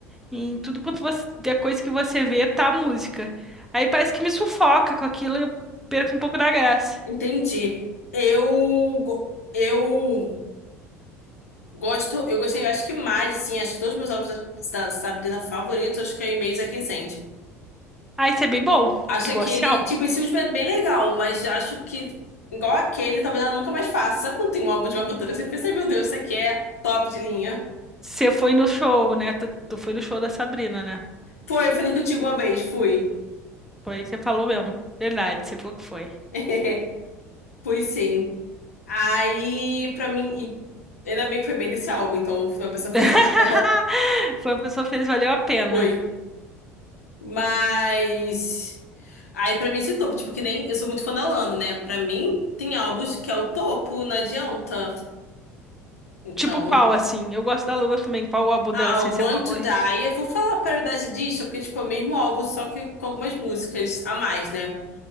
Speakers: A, in the centre; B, on the left.
A: em tudo quanto você, a coisa que você vê, tá a música. Aí parece que me sufoca com aquilo e eu perco um pouco da graça.
B: <laughs> Entendi. Eu, go- eu Gosto, eu gostei, acho que mais, assim, acho que todos os meus álbuns da, da Sabrina favoritos, acho que é o E-mails é quem sente.
A: Ah, isso é bem bom.
B: Acho
A: Igual
B: aquele,
A: esse álbum.
B: tipo, esse último é bem legal, mas acho que, igual aquele, talvez ela nunca mais faça. <laughs> Sabe quando tem um álbum de uma cantora, você pensa, "Ai, meu Deus, isso aqui é top de linha.
A: Você foi no show, né? Tu, tu foi no show da Sabrina, né?
B: Foi, eu falei contigo uma vez, fui.
A: Foi, você falou mesmo. Verdade, você falou que foi.
B: <laughs> Fui sim. Aí, pra mim, e ainda bem que foi bem desse álbum, então fui uma pessoa
A: <laughs>
B: feliz. <laughs>
A: Foi uma pessoa feliz, valeu a pena.
B: Foi. Mas aí pra mim esse topo, tipo, que nem eu sou muito fã da Lana, né? Pra mim tem álbuns que é o topo, não adianta. Então,
A: Tipo qual, assim? Eu gosto da Luna também. Qual o álbum
B: ah,
A: dela, assim,
B: o
A: é seu
B: Born
A: favorito?
B: to Die, eu vou falar a paridade disso, porque tipo é o mesmo álbum, só que com algumas músicas a mais, né?